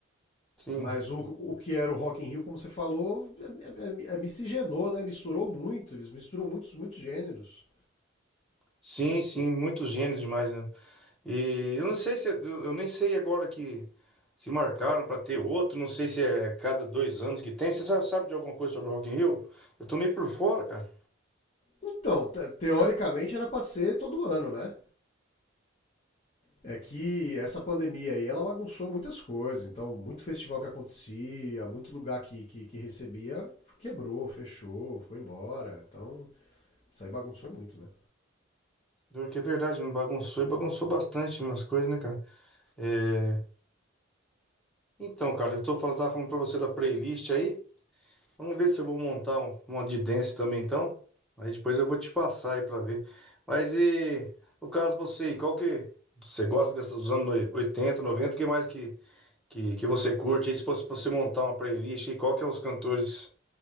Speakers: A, in the centre; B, on the left.
A: Sim.
B: Mas o, o que era o Rock in Rio, como você falou, é, é- é- é miscigenou, né? Misturou muito. Eles misturam muitos, muitos gêneros.
A: Sim, sim, muitos gênios demais, né? E eu não sei se, eu eu nem sei agora que se marcaram pra ter outro, não sei se é cada dois anos que tem. Você sabe, sabe de alguma coisa sobre o Rock in Rio? Eu tô meio por fora, cara.
B: Então, te- teoricamente era para ser todo ano, né? É que essa pandemia aí, ela bagunçou muitas coisas. Então, muito festival que acontecia, muito lugar que, que, que recebia, quebrou, fechou, foi embora. Então, isso aí bagunçou muito, né?
A: Pior que é verdade, me bagunçou e bagunçou bastante minhas coisas, né, cara? É, Então, cara, eu tô falando, tava falando pra você da playlist aí. Vamos ver se eu vou montar um, uma de dance também, então. Aí depois eu vou te passar aí pra ver. Mas e, no caso você, aí, qual que... Você gosta dessas dos anos 80 90 o que mais que, que, que você curte? E se fosse pra você montar uma playlist, aí, qual que é os cantores